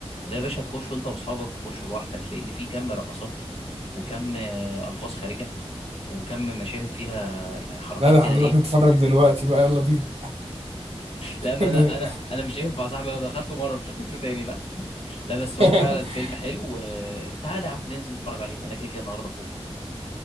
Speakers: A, on the left; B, on the right.
A: ده يا باشا تخش انت واصحابك تخشوا لوحدك لان في كم رقصات وكم آه، الفاظ خارجة وكم مشاهد فيها يعني حركات
B: لا ده
A: كده
B: هنروح
A: ايه
B: نتفرج دلوقتي بقى يلا بينا
A: لا ما
B: <laughs>
A: انا
B: ده-
A: انا انا مش هينفع يا صاحبي انا دخلته مره مش هخشه تاني لا لا بس هو
B: <laughs>
A: فعلا فيلم حلو آه، تعالى يا عم ننزل نتفرج عليه انا كده كده النهارده فاضي